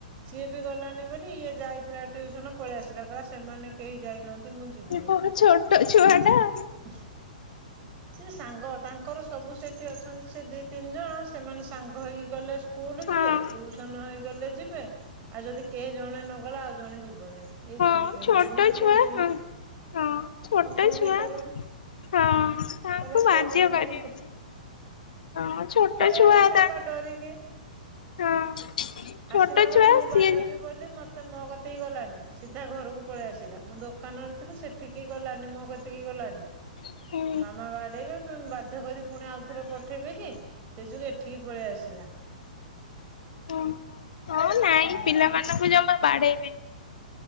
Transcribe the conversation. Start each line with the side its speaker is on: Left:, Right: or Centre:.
Right: ସିଏ ବି ଗଲାନି ବୋଲି ଇଏ ଯାଇଥିଲା ଟ୍ୟୁସନ୍ ପଳେଇଆସିଲା କହିଲା ସେମାନେ କେହି ଯାଇନାହାନ୍ତି ମୁଁ ଯିବିନି।
Left: କଣ ଛୋଟ ଛୁଆ ଟା ଆଉ।
Right: <unintelligible> ସେ ସାଙ୍ଗ ତାଙ୍କର ସବୁ ସେଠି ଅଛନ୍ତି ସେ ଦି ତିନ୍ ଜଣ ସେମାନେ ସାଙ୍ଗ ହେଇକି ଗଲେ ସ୍ ସ୍କୁଲ
Left: ହଁ
Right: ଯିବେ
Left: ହଁ
Right: ଟ୍ୟୁସନ ହେଇଗଲେ ଯିବେ ଆଉ ଯଦି କେହି ଜଣେ ନଗଲା ଆଉ ଜଣେ ଯିବନି ଏଇ
Left: ହଁ
Right: ଜି
Left: ଛୋଟ
Right: ଏମିତି
Left: ଛୁଆ
Right: କରୁଛନ୍ତି
Left: ହଁ ହଁ ଛୋଟ
Right: ଆଉ କଣ
Left: ଛୁଆ
Right: କରିବୁ?
Left: ହଁ ତାଙ୍କୁ
Right: କହିଲା ସିଏ
Left: ବାଧ୍ୟ
Right: କଣ
Left: କରିବେନି
Right: ପାଇଁ କ
Left: ହଁ ଛୋଟ
Right: ପଳେଇ
Left: ଛୁଆ
Right: ଆସିଲା
Left: ତା
Right: ପା ଡରିକି।
Left: ହଁ ଛୋଟ
Right: ଆସିଲା ବୋଲି
Left: ଛୁଆ
Right: ମୁଁ
Left: ସିଏ
Right: ବାଡେଇବି ବୋଲି ମତେ ମୋକତି କି ଗଲାନି ସିଧା ଘରକୁ ପଳେଇ ଆସିଲା ମୁଁ ଦୋକାନରେ ଥିଲି ସେଠ ଠିକି ଗଲାନି ମୋ କେତିକି ଗଲାନି।
Left: ହୁଁ
Right: ମାମା ବାଡେଇବେ ବାଧ୍ୟ କରି ପୁଣି ଆଉଥରେ ପଠେଇବେ କି? ସେ ଯୋଗୁ ଏଠିକି ପଳେଇ ଆସିଲା।
Left: ହଉ ହଉ ନାଇଁ
Right: ହୁଁ
Left: ପିଲାମାନଙ୍କୁ ଜମା ବାଡେଇବନି।